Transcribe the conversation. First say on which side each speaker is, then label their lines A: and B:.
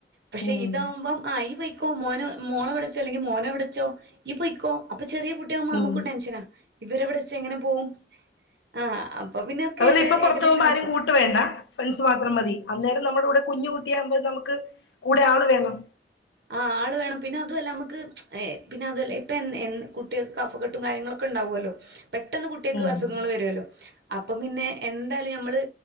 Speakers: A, on the right; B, on the left.
A: പക്ഷെ
B: ഉം
A: ഇതാവുമ്പം ആ ഈ പൊ ക്കു മോനെ മോളെ വിളിച്ചോ അല്ലേ മോനെ വിടെ ച്ചോ ഈ പൊയ്ക്കോ അപ്പൊ ചെറിയ കുട്ടിയാകുമ്പോ നമ്മുക്കും
B: ഉം
A: ടെൻഷനാ ഇവരെവിടെ വെച്ച് എങ്ങനെ പോകും ആഹ് പിന്നെ ഒക്കെ
B: അതുവല്ല
A: ഏത്
B: ഇപ്പൊ പുറത്തു
A: ഏകദേശം
B: പോവുമ്പോ ആരും
A: നിക്കും.
B: കൂട്ട് വേണ്ട ഫ്രണ്ട്സ് മാത്രം മതി അന്നേരം നമ്മടെ കൂടെ കുഞ്ഞ് കുട്ടിയാകുമ്പോൾ ഇത് നമുക്ക് കൂടെ ആള് വേണം
A: ആഹ് ആള് വേണം പിന്നെ അതുമല്ല നമ്മുക്ക് ഏ പിന്നെ അതുവല്ല ഇപ്പൊ എ എന്ന് കുട്ടികൾക്ക് കഫ കെട്ടും കാര്യങ്ങളൊക്കെ ഉണ്ടാവുവല്ലോ പെട്ടെന്ന് കുട്ടിയേക്ക്
B: ഉം
A: അസുഖങ്ങള് വരുവല്ലോ അപ്പം പിന്നെ എന്തായാലും നമ്മള്